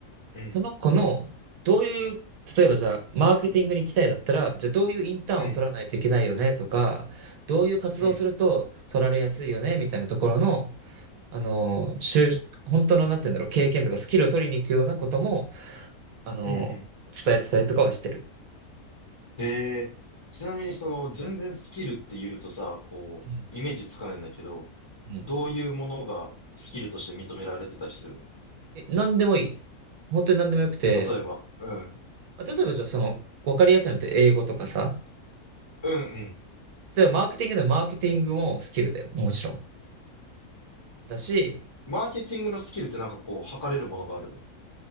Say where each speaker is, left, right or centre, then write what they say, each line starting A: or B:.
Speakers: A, on the left; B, on the right.
A: うん、
B: その子の、どういう、例えばじゃあ、マーケティングに行きたいだったら、じゃあどういうインターンを取らないといけないよねとか、
A: うん、
B: どういう活動をすると取られやすいよねみたいなところの、
A: うん、
B: あの、就本当の、なんて言うんだろう、経験とかスキルを取りに行くようなことも、あの、
A: うん、うん。
B: 伝えてたりとかはしてる。
A: へえ、ちなみにその、全然スキルって言うとさ、こう、
B: うん。
A: イメージつかないんだけど、
B: うん。
A: どういうものがスキルとして認められてたりするの
B: え、なんでもいい。本当になんでもよくて、
A: 例えば、うん、
B: あ例えばじゃあその、わかりやすいのって英語とかさ、
A: うん、うん。
B: 例えばマーケティングでもマーケティングもスキルだよ。もちろん。だし、
A: マーケティングのスキルってなんかこう、測れるものがあるの